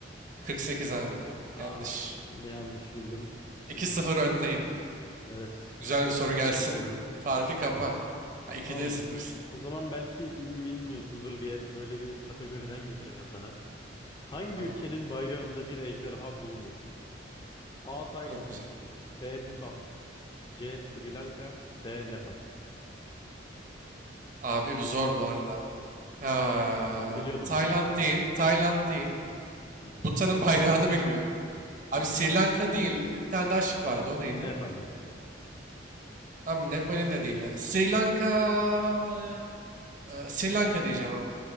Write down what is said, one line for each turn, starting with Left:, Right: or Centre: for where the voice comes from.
Right: 48 abi.
Left: Aa,
Right: Yanlış.
Left: yine yanlış bildim.
Right: 2-0
Left: Hmm,
Right: önleyim.
Left: Evet 3'te
Right: Güzel bir soru
Left: 0
Right: gelsin.
Left: gidiyorum.
Right: Farkı kapa. Ha 2'de
Left: Tamamdır.
Right: 0'sın.
Left: O zaman belki bil- bilmiyorsundur diye böyle bir kategoriden getireceğim sana. Hangi
Right: Tamam.
Left: ülkenin bayrağında bir ejderha bulunur? A. Tayland
Right: Çok güzel.
Left: B. Bhutan C. Sri Lanka D. Nepal.
Right: Abi bu zor bu arada. Ha,
Left: Ben biliyordum
Right: Tayland
Left: bunu mesela.
Right: değil. Tayland değil.
Left: Hı hı.
Right: Bhutan'ın <laughs> bayrağını bilmiyorum. Abi
Left: Hı hı.
Right: Sri Lanka değil. Bir tane daha şık vardı. O neydi?
Left: Nepal o da.
Right: Abi Nepal'in de değil ya. Sri Lanka mı? Ee, Sri Lanka diyeceğim abi.